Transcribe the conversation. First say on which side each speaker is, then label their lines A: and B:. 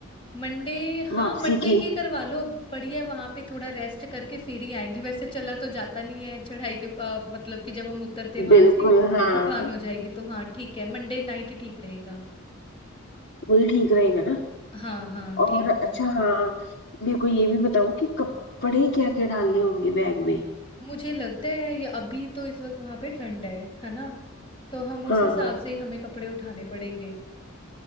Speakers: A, on the left (about 25°); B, on the left (about 55°).
A: मंडे हाँ
B: वापसी
A: मंडे
B: की
A: की करवा लो बढ़िया वहां पे थोड़ा रेस्ट करके फिर ही आएंगे वैसे चला तो जाता नहीं है चढ़ाई के अ, मतलब कि जब हम उतरते वहां
B: बिल्कुल
A: से
B: हाँ
A: थकान हो जाएगी तो हाँ ठीक है मंडे नाइट ही ठीक रहेगा
B: वही ठीक रहेगा ना
A: हाँ हाँ
B: और
A: ठीक है
B: अच्छा हाँ मेरे को ये भी बताओ कि कपड़े क्या क्या डालने होंगे बैग में
A: मुझे लगता है ये अभी तो इस वक्त वहां पे ठंड है है ना तो हम उस
B: हाँ
A: हिसाब
B: हाँ,
A: से ही हमें कपड़े उठाने पड़ेंगे